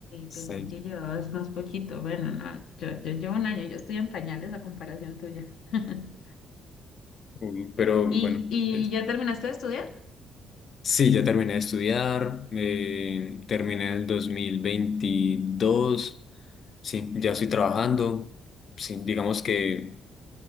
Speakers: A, on the left; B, on the left.
A: Sí.
B: pensé que llevabas más poquito. Bueno, no, yo, yo llevo un año, yo estoy en pañales a comparación tuya. <laughs>
A: Um, Pero
B: ¿Y,
A: bueno,
B: y
A: eh,
B: ya terminaste de estudiar?
A: sí, ya terminé de estudiar, eh, terminé el dos mil veintidós sí, ya estoy trabajando, sí, digamos que